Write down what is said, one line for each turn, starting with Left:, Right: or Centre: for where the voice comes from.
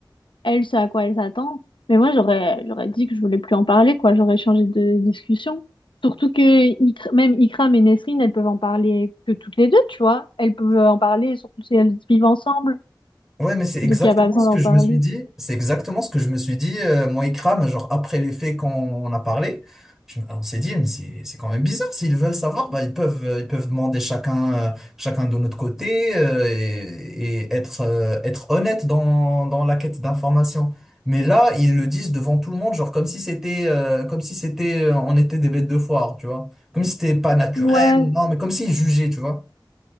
Left: elle, c'est à quoi elle s'attend. Mais moi, j'aurais, j'aurais dit que je voulais plus en parler, quoi. J'aurais changé de discussion. Surtout que Ikr- même Ikram et Nesrine, elles peuvent en parler que toutes les deux, tu vois. Elles peuvent en parler, surtout si elles vivent ensemble.
Centre: Ouais, mais c'est exactement
Left: Donc, il n'y a pas besoin
Centre: ce
Left: d'en
Centre: que je
Left: parler.
Centre: me suis dit. C'est exactement ce que je me suis dit, euh, moi, Ikram, genre après les faits qu'on on a parlé. je- on s'est dit, mais c'est c'est quand même bizarre. S'ils veulent savoir, bah, ils peuvent, euh, ils peuvent demander chacun, euh, chacun de notre côté euh, et, et être, euh, être honnête dans, dans la quête d'informations. Mais là, ils le disent devant tout le monde, genre comme si c'était, euh, comme si c'était, euh, on était des bêtes de foire, tu vois. Comme si c'était pas naturel,
Left: Ouais,
Centre: non, mais comme s'ils jugeaient, tu vois.